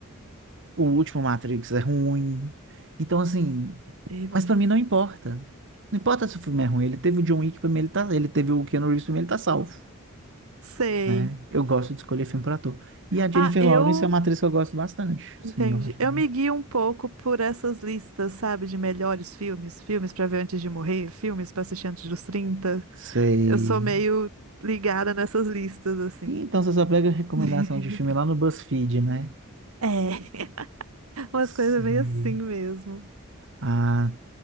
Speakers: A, on the right; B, on the right.
A: O último Matrix é ruim. Então, assim,
B: Teve.
A: mas pra mim não importa. Não importa se o filme é ruim, ele teve o John Wick, pra mim ele tá, ele teve o Keanu Reeves, pra mim ele tá salvo.
B: Sei.
A: Né? Eu gosto de escolher filme para ator. E a Jennifer
B: Ah, eu
A: Lawrence é uma atriz que eu gosto bastante. Sim,
B: entendi.
A: eu acho.
B: Eu
A: bem.
B: me guio um pouco por essas listas, sabe, de melhores filmes, filmes pra ver antes de morrer, filmes pra assistir antes dos trinta
A: Sei.
B: Eu sou meio ligada nessas listas, assim.
A: E Então você só pega recomendação
B: <laughs>
A: de filme lá no BuzzFeed, né?
B: É, <laughs> umas
A: Sim.
B: coisas meio assim mesmo.
A: Ah,